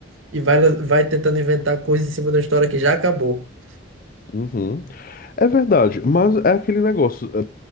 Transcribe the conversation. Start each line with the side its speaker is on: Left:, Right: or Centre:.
Right: e vai, vai tentando inventar coisas em cima de uma história que já acabou. <laughs>
Left: Uhum. É verdade, mas é aquele negócio. é,